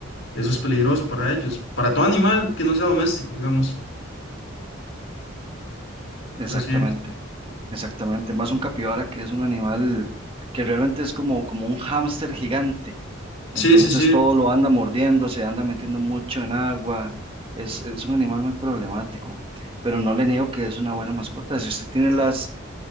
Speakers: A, on the left; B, on the right.
A: eso es peligroso para ellos, para todo animal que no sea doméstico, digamos. Pero
B: exactamente,
A: sí,
B: exactamente, más un capibara que es un animal que realmente es como, como un hámster gigante,
A: sí,
B: entonces
A: sí, sí.
B: todo lo anda mordiendo, se anda metiendo mucho en agua, es, es un animal muy problemático, pero no le niego que es una buena mascota, si usted tiene las